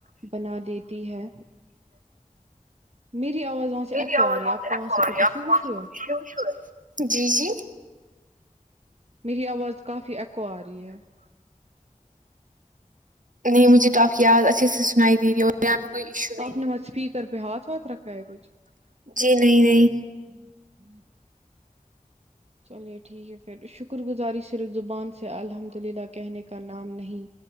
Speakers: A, on the right (about 50°); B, on the right (about 70°).
A: بنا دیتی ہے میری آواز وہاں سے
B: میری
A: ایکو
B: آواز
A: آ رہی ہے آپ
B: آرہی
A: کو وہاں سے کچھ
B: ہے
A: ایشو
B: اپکو
A: وشو
B: آرہی
A: ہے
B: ہے جی جی
A: میری آواز کافی ایککو آ رہی ہے
B: نہیں مجھے تو آل آپکی آواز اچھے سے سنائی دے رہی ہو یہاں پہ کوئی ایشو نہیں
A: آپ نے
B: ہے
A: مت اسپیکر پہ ہاتھ واتھ رکھا ہے کچھ
B: نہیں نہیں
A: <unintelligible> چلیے ٹھیک ہے پھر شکر گزاری صرف زبان سے الحمد للہ کہنے کا نام نہیں